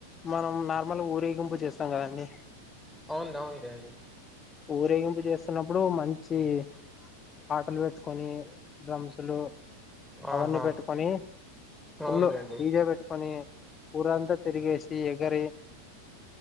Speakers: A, on the left; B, in the centre.
A: మనం నార్మల్గా ఊరేగింపు చేస్తాం కదండి
B: అవును అవుంది అండి
A: ఊరేగింపు చేస్తున్నప్పుడు మంచి వచ్చి పాటలు పెట్టుకొని సులు అవన్నీ
B: ఆహా
A: పెట్టుకొని పులు
B: అవునులేండి
A: జ పెట్టుకొని ఊరంతా తిరిగేసి ఎ క్కరే